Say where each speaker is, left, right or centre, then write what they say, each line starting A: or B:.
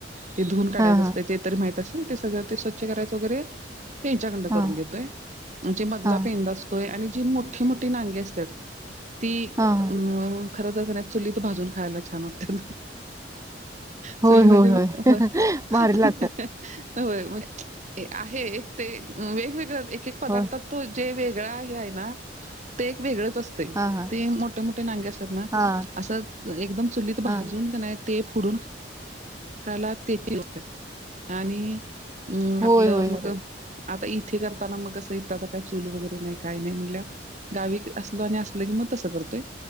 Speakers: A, on the right; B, on the right.
A: ते धुवून काढायं
B: हां
A: असते
B: हां
A: ते तरी माहित असेल ते सगळं ते स्वच्छ करायचं वगैरे ते हेच्याकंडं करून
B: हां
A: घेतोय म्हण जे मधला
B: हां
A: पेंंदा असतोय आणि जी मोठी-मोठी नांगे असत्यात ती
B: हां
A: अं म खरं तर काय चुल्हित भाजून खायला छान वाटतं. चुल्ही
B: होय
A: मध्ये
B: होय
A: हो होय. <unintelligible>
B: भारी लागतात
A: ते आहे एक ते अ वेगवेगळ एक-एक पदार्थात
B: होय
A: तो जे वेगळा हे आहे ना ते एक वेगळंच अस ते,
B: हां हां
A: ते मोठे-मोठे नांगे असतात ना,
B: हां
A: असं एकदम चुलीत
B: हां
A: भाजून का नाही ते फडून खला, तेची <inaudible> आणि अम
B: होय
A: आपलं,
B: होय
A: मग
B: होय
A: अ आता इथे करताना मग कसं, इथं आता काय चूल वगैरे नाही, काय नाही म्हंटल्या गावी असलो आणि असलं की, मग तसं करतोय,